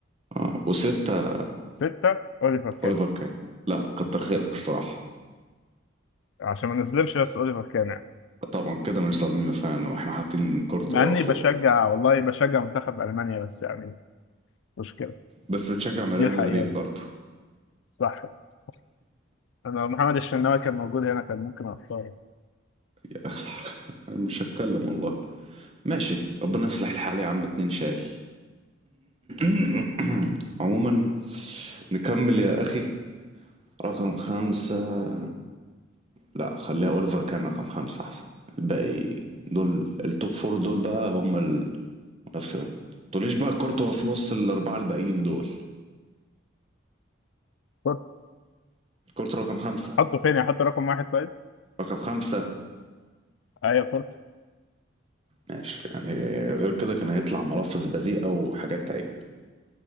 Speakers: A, on the right (about 30°); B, on the left (about 75°).
A: اه وستة
B: 6 اوليفر كان
A: أوليفر كان لا كتر خيرك الصراحة
B: عشان ما نظلمش بس اوليفر كان يعني
A: طبعا كده مش ظالمينه فعلا واحنا حاطين كورتوا
B: مع اني
A: فوق
B: بشجع والله بشجع منتخب المانيا بس يعني مشكلة
A: بس بتشجع مع ريال
B: دي الحقيقة
A: مدريد برضه
B: صح صح انا محمد الشناوي كان موجود هنا كان ممكن اختاره
A: <laughs> انا مش هتكلم والله ماشي ربنا يصلح الحال يا عم اتنين شاي <coughs> عموما نكمل يا اخي رقم خمسة لا خليها اوليفر كان رقم خمسة احسن الباقي دول التوب فور دول بقى هم نفس ما تقوليش بقى كورتوا في نص الأربعة الباقيين دول
B: كنت
A: كورتوا رقم خمسة
B: احطه فين احط رقم واحد طيب
A: رقم خمسة
B: ايوه كنت
A: ماشي يعني غير كده كان هيطلع ملفظ بذيئة وحاجات عيب